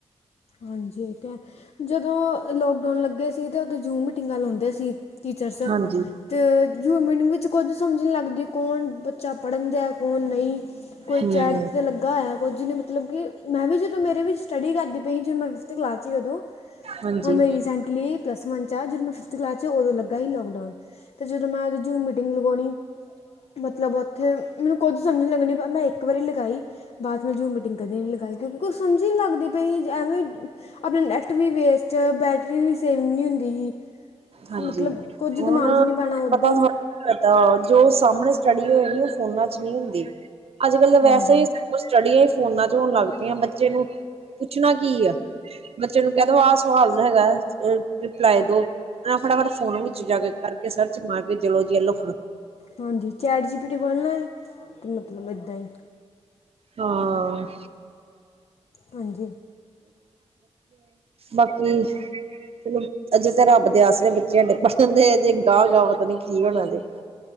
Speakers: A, on the left; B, on the right.
A: ਹਾਂਜੀ ਅਤੇ ਜਦੋਂ ਲੋਕਡਾਊਨ ਲੱਗੇ ਸੀ ਤੇ ਉਥੇ ਜ਼ੁਮ ਮੀਟਿੰਗ ਵ ਲਾਉਂਦੇ ਸੀ ਟੀਚਰਸ,
B: ਹਾਂਜੀ
A: ਤੇ ਜ਼ੁਮ ਮੀਟਿੰਗ ਵਿੱਚ ਕੁੱਝ ਸਮਝ ਨੀ ਲੱਗਦੀ ਕੌਣ ਬੱਚਾ ਪੜ੍ਹਨ ਦੇ ਕੌਣ ਨਹੀਂ, ਕੋਈ
B: ਹਮ
A: ਚੈਟ ਤੇ ਲੱਗਾ ਹੋਯਾ, ਕੁਝ ਜਿਹਨੇ ਮਤਲਬ ਕਿ ਮੈਂ ਵੀ ਜਦੋਂ ਮੇਰੇ ਵੀ ਸਟੱਡੀ ਕਰਦੀ ਪਈ ਜੀ, ਉਹਨੂੰ ਫਿਫਥ ਕਲਾਸ 'ਚਦੋਂ
B: ਹਾਂਜੀ
A: ਹੁਣ ਮੈਂ
B: ਹਮ
A: ਰੀਸੈਂਟਲੀ ਪਲੱਸ ਵਨ 'ਚ ਜਦੋਂ ਮੈਂ ਫਿਫਥ ਕਲਾਸ 'ਚ ਉਦੋਂ ਲੱਗਾ ਸੀ ਲੋਕਡਾਊਨ, ਤੇ ਜਦੋਂ ਮੈਂ ਜ਼ੁਮ ਮੀਟਿੰਗ ਲਗਾਉਣੀ ਮਤਲਬ ਉੱਥੇ ਮੈਨੂੰ ਕੁੱਦ ਸਮਝ ਨਹੀਂ ਲੱਗਣੀ ਮੈਂ ਇੱਕ ਵਾਰੀ ਲਗਾਈ ਬਾਅਦ ਮੈਂ ਜ਼ੁਮ ਮੀਟਿੰਗ ਕਦੇ ਨਹੀਂ ਲਗਾਈ, ਕਿਉਂਕੇ ਕੁਛ ਸਮਝ ਜੀ ਲੱਗਦੀ ਪਈ ਸੀ ਐਵੇਂ ਆਪਣਾ ਨੈੱਟ ਵੀ ਵੇਸਟ ਬੈਟਰੀ ਵੀ ਸੇਵ ਨਹੀਂ ਹੁੰਦੀ ਸੀ।
B: ਹਾਂਜੀ
A: ਮਤਲਬ ਕੁਝ
B: ਹੁਣ
A: ਦਿਮਾਗ 'ਚ ਨਹੀਂ ਪੈਣਾ ਉੱਦਾਂ
B: ਪਤਾ,
A: ਹੀ
B: ਪਤਾ ਜੋ ਸਾਹਮਣੇ ਸਟਡੀ ਹੋਏ, ਔ ਫੋਨਾਂ ਚ ਨਹੀਂ ਹੁੰਦੀ। ਅੱਜ ਕੱਲ ਤਾਂ ਵੈਸੇ
A: ਹਾਂਜੀ
B: ਹੀ ਕੁਛ ਸਟੱਡੀ ਹੈ। ਫੋਨਾਂ ਚ ਹੋਣ ਲੱਗ ਪਆਂ ਬੱਚੇ ਨੂੰ ਪੁੱਛਣਾ ਕੀ ਆ ਬੱਚੇ ਨੂੰ ਕਹਿ ਦ ਆਹ ਸਵਾਲ ਹੈਗਾ ਰਿਪਲਾਈ ਦੋ ਫਟਾਫਟ ਫੋਨ ਵਿੱਚ ਜਾ ਕੇ ਕਰਕੇ ਸਿਰ ਚ ਮਾਰਦੇ, ਚਲੋ ਜੀ ਐਲੋ ਫੜੋ
A: ਹਾਂਜੀ ਚੈਟ ਜੀ ਪੀ ਟੀ ਖੋਲਣਾ ਏ, ਅਤੇ ਮਤਲਬ ਇੱਦਾਂ ਹੀ।
B: ਹਾਂ,
A: ਹਾਂਜੀ,
B: ਬਾਕੀ ਚਲੋ ਅਜੇ ਤਾਂ ਰੱਬ ਦੇ ਆਸ ਰਹੇ ਬੱਚੇ ਸਾਡੇ ਪੜ੍ਹਨ ਦੇ ਅਜੇ ਗਾਹ ਗਾਤਾ ਨੀ ਕੀ ਹੋਣਾ ਜੇ,